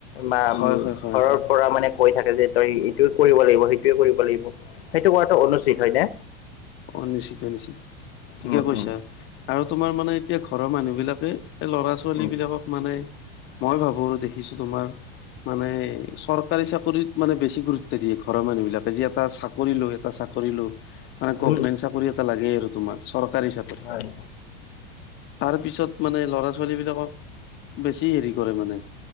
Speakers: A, on the left (about 80°); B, on the left (about 40°).
A: বা
B: হয় হয় হয়
A: ঘৰৰ
B: হয়
A: পৰা মানে। কৈ থাকে যে তই এইটোয়ে কৰিব লাগিব সেইটোৱে কৰিব লাগিব সেইটো কৰাটো অনুচিত হয় নে।
B: অ' নিশ্চিত নিশ্চিত ঠিকে
A: উম
B: কৈছা।
A: উম
B: আৰু তোমাৰ মানে এতিয়া ঘৰৰ মানুহ বিলাকে ল'ৰা-ছোৱালী
A: উম
B: বিলাকক মানে। মই ভাবো আৰু দেখিছো তোমাৰ। মানে চৰকাৰী চাকৰিত মানে বেছি গুৰুত্ব দিয়ে ঘৰৰ মানুহ বিলাকে যে এটা চাক। চাকৰি লৌ এটা চাকৰি লৌ মানে গভমেন্ট
A: উম
B: চাকৰি এটা লাগে আৰু তোমাৰ চৰকাৰী চাকৰি।
A: হয়।
B: তাৰ পিছত মানে ল'ৰা-ছোৱালী বিলাকক। বেছি হেৰি কৰে মানে।